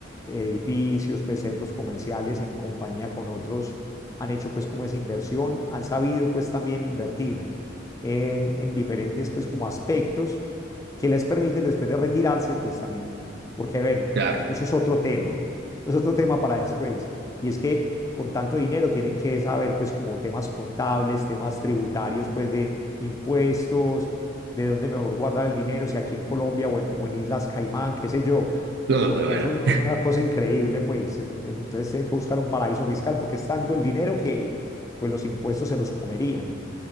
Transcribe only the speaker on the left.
edificios, pues centros comerciales en compañía con otros, han hecho pues como esa inversión, han sabido pues también invertir en, en diferentes pues como aspectos que les permiten después de retirarse pues también, porque bueno,
eso es otro tema eso es otro tema para después. Y es que con tanto dinero tienen que saber, pues, como temas contables, temas tributarios, pues, de impuestos, de dónde mejor guardar el dinero, si aquí en Colombia o en, o en Islas Caimán, qué sé yo,
porque
es un- una cosa increíble, pues. En- Entonces tienen que buscar un paraíso fiscal porque es tanto el dinero que, pues, los impuestos se los comerían.